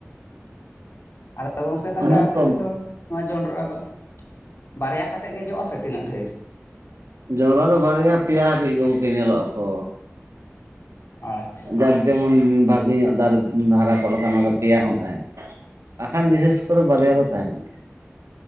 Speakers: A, on the left (about 55°); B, on the right (about 80°).
A: ᱟᱫᱚ ᱜᱚᱝᱠᱮ ᱛᱟᱦᱚᱞᱮ
B: ᱚᱱᱟ
A: ᱟᱯᱮ
B: ᱛᱚ
A: ᱥᱮᱫ ᱫᱚ ᱱᱚᱣᱟ ᱡᱚᱸᱰᱨᱟ ᱫᱚ ᱵᱟᱨᱭᱟ ᱠᱟᱛᱮᱜ ᱜᱮ ᱡᱚᱜ ᱟ ᱥᱮ ᱛᱤᱱᱟᱹᱜ ᱰᱷᱮᱨ?
B: ᱡᱚᱱᱰᱚᱨᱟ ᱫᱚ ᱵᱟᱨᱭᱟ ᱯᱮᱭᱟ ᱦᱟᱹᱵᱤᱡ ᱜᱚᱢᱠᱮ ᱧᱮᱞᱚᱜᱼᱟ ᱛᱚ᱾
A: ᱟᱪᱪᱷᱟ
B: ᱠᱟᱠ ᱡᱮᱢᱚᱱ ᱵᱷᱟᱜᱮ ᱧᱚᱜ ᱫᱟᱨᱮ ᱫᱷᱟᱨᱟ ᱠᱚᱜ ᱞᱮᱠᱷᱟᱱ ᱚᱱᱟ ᱫᱚ ᱯᱮᱭᱟ ᱦᱚᱸ ᱛᱟᱦᱮᱸᱱᱟ᱾ ᱟᱠᱷᱟᱱ ᱵᱤᱥᱮᱥ ᱠᱚᱨᱮ ᱵᱟᱨᱭᱟ ᱫᱚ ᱛᱟᱦᱮᱸᱱ ᱜᱮᱭᱟ,